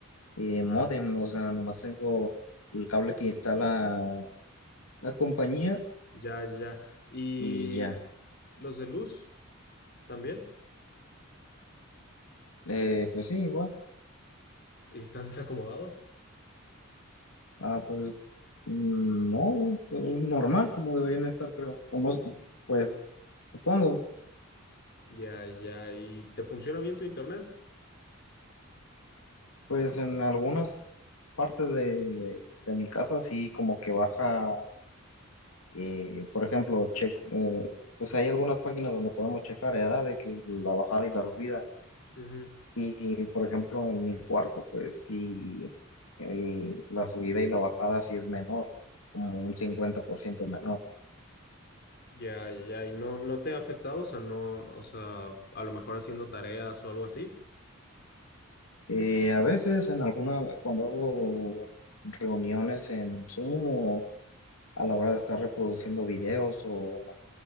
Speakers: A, on the left; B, on the left.
A: eh, módem, o sea, nomás tengo el cable que instala la compañía
B: ya, ya, ya. ¿Y
A: y ya.
B: los de luz también?
A: Eh, pues sí, igual.
B: ¿Y ¿Están <laughs> desacomodados?
A: Ah, pues mm, no, pues normal como deberían estar, creo. Unos, pues supongo,
B: Ya, ya. ¿Y te funciona bien tu internet?
A: pues en algunas partes de, de mi casa sí como que baja. Eh, por ejemplo, che- eh, pues hay algunas páginas donde podemos checar edad de que la bajada y la subida.
B: Ujú.
A: Y por ejemplo, en mi cuarto, pues sí, eh, la subida y la bajada sí es menor, como un cincuenta por ciento menor.
B: Ya, ya, ya. ¿Y no, no te ha afectado? O sea, no, o sea, a lo mejor haciendo tareas o algo así.
A: Eh, a veces en alguna, cuando hago reuniones en Zoom o a la hora de estar reproduciendo videos o